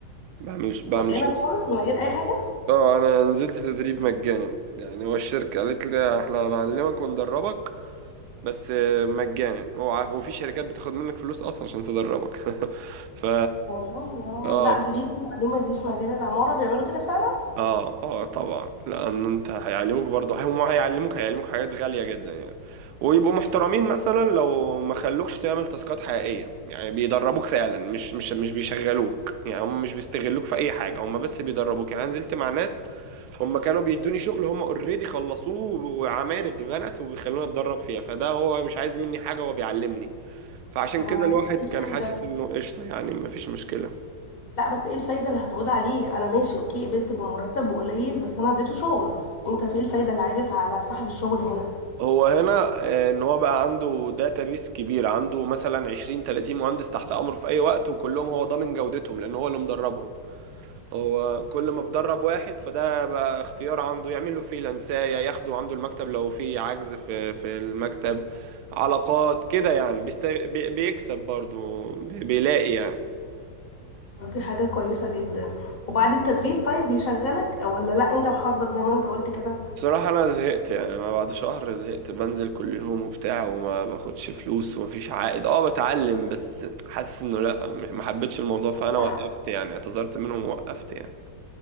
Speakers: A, on the right; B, on the left.
A: بعمل بعمل
B: مجانا
A: شغل
B: خالص من غير اي حاجة
A: اه أنا نزلت تدريب مجانا يعني هو الشركة قالت لي احنا هنعلمك وندربك بس مجانا هو عارف وفي شركات بتاخد منك فلوس أصلا عشان تدربك <laughs> ف
B: والله اه
A: اه
B: لا جديدة المعلومة دي في مجال العمارة بيعملوا كده فعلا
A: اه اه طبعا لان انت هيعلموك برضه هم هيعلموك هيعلموك حاجات غالية جدا يعني ويبقوا محترمين مثلا لو ما خلوكش تعمل تاسكات حقيقية يعني بيدربوك فعلا مش مش مش بيشغلوك يعني هم مش بيستغلوك في اي حاجة هم بس بيدربوك يعني أنا نزلت مع ناس هم كانوا بيدوني شغل هم اوريدي خلصوه وعماير اتبنت وبيخلوني اتدرب فيها فده هو مش عايز مني حاجة هو بيعلمني فعشان
B: طب
A: كده
B: معلش
A: الواحد
B: ايه الفايدة
A: كان حاسس انه قشطة يعني مفيش مشكلة
B: لا بس ايه الفايدة اللي هتعود عليه انا ماشي اوكي قبلت بمرتب قليل بس انا اديته شغل انت في ايه الفايدة اللي عادت على صاحب الشغل هنا
A: هو هنا آه، ان هو بقى عنده داتابيس كبير عنده مثلا 20 30 مهندس تحت امره في اي وقت وكلهم هو ضامن جودتهم لان هو اللي مدربهم هو كل ما بدرب واحد فده بقى اختيار عنده يعمل له فريلانسايه ياخده عنده المكتب لو في عجز في في المكتب علاقات كده يعني بيست... بي- بيكسب برضه بي- بيلاقي يعني
B: طب دي حاجة كويسة جدا وبعد التدريب طيب بيشغلك ولا لا انت وحظك زي ما انت قلت كده
A: بصراحة أنا زهقت يعني أنا بعد شهر زهقت بنزل كل يوم وبتاع وما باخدش فلوس ومفيش عائد أه بتعلم بس حاسس إنه لأ م- ما حبيتش الموضوع فأنا
B: لا
A: وقفت يعني اعتذرت منهم ووقفت يعني